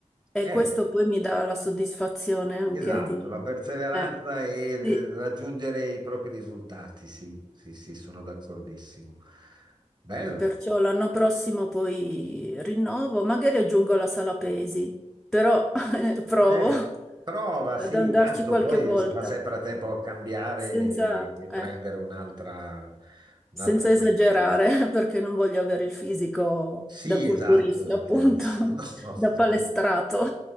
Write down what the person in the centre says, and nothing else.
e
questo poi mi dà la soddisfazione anche
di...
eh,
sì.
Perciò l'anno prossimo poi rinnovo, magari aggiungo la sala pesi, però <laughs>
provo
ad
andarci
qualche
volta
senza...
eh.
senza
esagerare, <laughs> perché non voglio avere il fisico
da culturista,
appunto,
<laughs>
da palestrato.